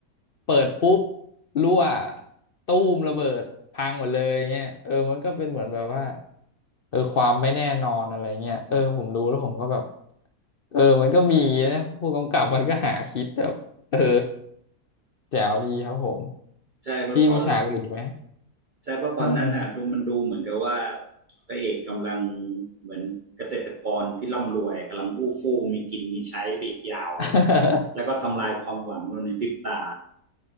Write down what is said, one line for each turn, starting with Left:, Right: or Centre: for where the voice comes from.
Left: เปิดปุ๊บรั่วตู้มระเบิดพังหมดเลยเงี้ยเออมันก็เป็นเหมือนแบบว่า เออความไม่แน่นอนอะไรเงี้ยเออผมดูแล้วผมก็แบบเออมันก็มีนะผู้กำกับมันก็หาคิดแบบเออแจ๋วดีครับผม
Right: ใช่เมืกอตอนแรก
Left: พี่มีฉากอื่นอีกไหม
Right: ใช่เพราะตอนนั้นอ่ะดูมันดูเหมือนกับว่า
Left: อืม
Right: พระเอกกำลังเหมือนเกษตรกรที่ร่ำรวยกำลังอู้ฟู่มีกินมีใช้ไปอีกยาวเลย
Left: <laughs>
Right: แล้วก็ทำลายความหวังเราในพริบตา